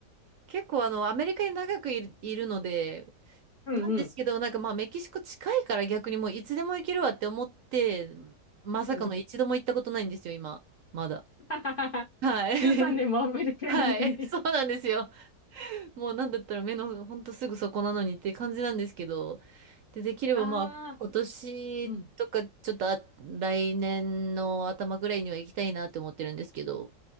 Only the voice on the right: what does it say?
結構あの、アメリカに長くいる、いるので、
なんですけど、なんかまあメキシコ近いから逆にもういつでも行けるわって思って、まさかの一度も行ったことないんですよ、
今。まだ。
はい。
<laughs> はい。そうなんですよ。もうなんだったら目のほんとすぐそこなのにって感じなんですけど。で、できればまあ今年とかちょっとあ来年の頭ぐらいには行きたいなって思ってるんですけど。